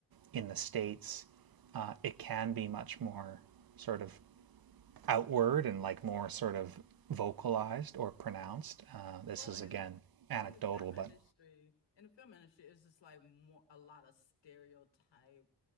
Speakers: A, on the right (about 55°); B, on the left (about 80°).
A: in the States, uh, it can be much more sort of outward and like more sort of vocalized or pronounced.
B: Yeah.
A: Uh, this
B: Well,
A: is
B: in
A: again
B: the
A: anecdotal,
B: in the film
A: but
B: industry, in the film industry, it's just like more a lot of stereotype